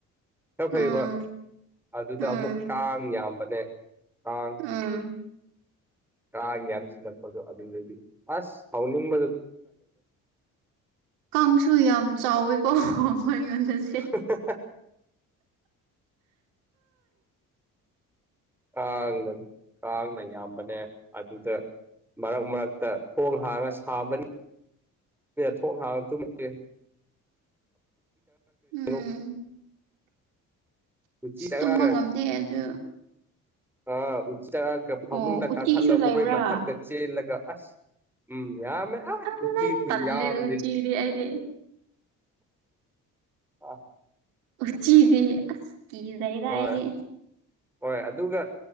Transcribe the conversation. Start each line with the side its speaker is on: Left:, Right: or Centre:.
Centre: ꯈꯔ ꯐꯩꯑꯕ
Right: ꯎꯝ
Centre: ꯑꯗꯨꯗ
Right: ꯎꯝ
Centre: ꯑꯃꯨꯛ ꯀꯥꯡ ꯌꯥꯝꯕꯅꯦ ꯀꯥꯡ
Right: ꯎꯪꯎꯝ
Centre: ꯀꯥ ꯌꯥꯝꯁꯤꯜ ꯂꯛꯄꯗꯣ ꯑꯗꯨꯗꯤ ꯑꯁ ꯁꯥꯎꯅꯤꯡ <inaudible>
Right: ꯀꯥꯡꯁꯨ ꯌꯥꯝ ꯆꯥꯎꯋꯦꯀꯣ ꯑꯩꯉꯣꯟꯗ <inaudible>
Centre: <unintelligible> ꯀꯥꯡꯅ ꯀꯥꯡꯅ ꯌꯥꯝꯕꯅꯦ ꯑꯗꯨꯗ ꯃꯔꯛ ꯃꯔꯛꯇ ꯊꯣꯡ ꯍꯥꯡꯉ ꯁꯥꯕꯅꯤ ꯊꯣꯡ ꯍꯥꯡꯉ ꯇꯨꯝꯗꯣꯏꯁꯦ
Right: ꯎꯝ
Centre: <inaudible> ꯎꯆꯤ
Right: ꯑꯁ
Centre: ꯆꯪꯉꯛꯑꯒ
Right: ꯇꯨꯝꯕ ꯉꯝꯗꯦ ꯑꯗꯨ
Centre: ꯑꯥ ꯎ ꯆꯪꯉꯛꯑꯒ ꯐꯃꯨꯡꯗ
Right: ꯑꯣ ꯎꯆꯤꯁꯨ
Centre: ꯀꯥꯈꯠꯂꯒ
Right: ꯂꯩꯕ꯭ꯔꯥ
Centre: ꯑꯩꯈꯣꯏ ꯃꯊꯛꯇ ꯆꯦꯜꯂꯒ ꯑꯁ ꯎꯝ ꯌꯥꯝꯃꯦ ꯑꯥ
Right: ꯑꯜꯂꯦ
Centre: ꯎꯆꯤ ꯈꯨ
Right: ꯇꯜꯂꯦ
Centre: ꯌꯥꯝꯗꯤ
Right: ꯎꯆꯤꯗꯤ ꯑꯩꯗꯤ
Centre: ꯑ
Right: ꯎꯆꯤꯗꯤ ꯀꯤꯖꯩꯗ
Centre: ꯍꯣꯏ
Right: ꯑꯩꯗꯤ
Centre: ꯍꯣꯏ ꯑꯗꯨꯒ